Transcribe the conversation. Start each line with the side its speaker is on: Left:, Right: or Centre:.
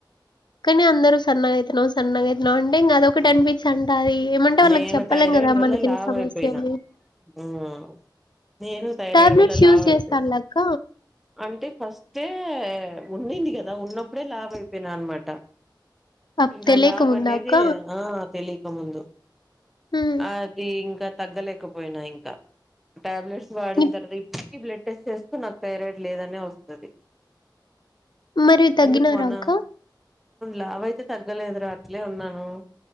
Left: కానీ అందరూ సన్నగాయ్తునావ్ సన్నగాయ్తునవ్ అంటే అదొకటి అనిపి సంటది ఏమంటే వాళ్ళకి
Centre: నేను
Left: చెప్పలేం
Centre: థైరాయిడ్
Left: గదా
Centre: వల్ల
Left: మనకి
Centre: లావు
Left: ఈ సమస్యాని
Centre: అయిపోయినా మ్మ్ నేను థైరాయిడ్
Left: టాబ్లెట్స్
Centre: వల్ల
Left: యూజ్
Centre: లావు
Left: చేస్తాలక్క
Centre: అయిపోయినా అంటే ఫస్టే ఉన్నింది కదా ఉన్నప్పుడే లావు అయిపోయినా అనమాట
Left: అప్
Centre: ఇంక
Left: తెలియక
Centre: లావనేది
Left: ముందా అక్క?
Centre: ఆ తెలియకముందు
Left: హ్మ్.
Centre: అది ఇంకా తగ్గలేకపోయినా ఇంకా టాబ్లెట్స్ వాడిన
Left: ఇప్
Centre: తర్వాత ఇప్పు బ్లడ్ టెస్ట్ చేస్తే నాకు థైరాయిడ్ లేదనే వస్తది
Left: మరి తగ్గినారా
Centre: ఎందుకు మొన్న
Left: అక్క?
Centre: లావ అయితే తగ్గలేదురా అట్లే ఉన్నాను